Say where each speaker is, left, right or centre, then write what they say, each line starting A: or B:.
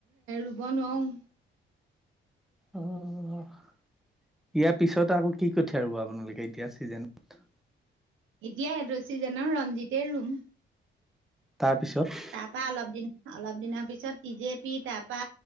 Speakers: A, on the right (about 80°); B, in the centre.
A: ৰুব নোৱাৰো। অ
B: অ ইয়াৰ পিছত আৰু কি কঠিয়া ৰ'ব আপোনালোকে এতিয়া চিজনত
A: এতিয়া এড চিজনৰ ৰঞ্জিতে ৰুম
B: তাৰপিছত
A: তাৰপা অলপ দিন অলপ দিনৰ পিছত পি জেপি তাৰপা